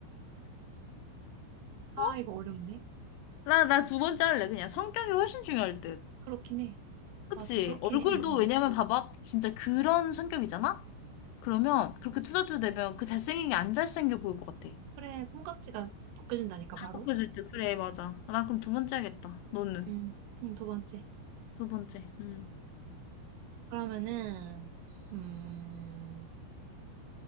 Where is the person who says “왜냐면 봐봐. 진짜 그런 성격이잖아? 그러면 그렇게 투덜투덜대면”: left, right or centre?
Left